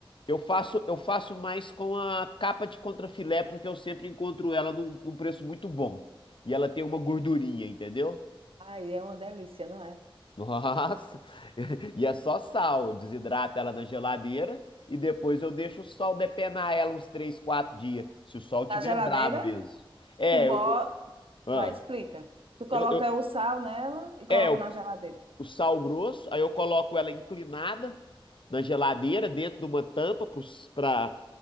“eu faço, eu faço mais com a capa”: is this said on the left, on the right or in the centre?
Left